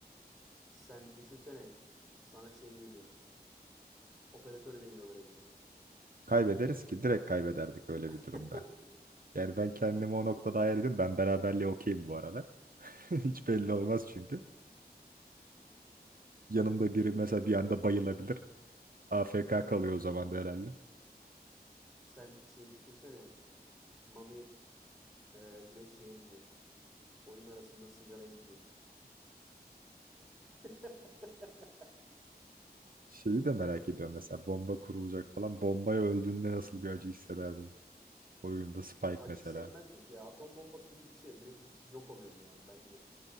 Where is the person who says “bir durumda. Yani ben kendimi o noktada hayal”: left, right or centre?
Right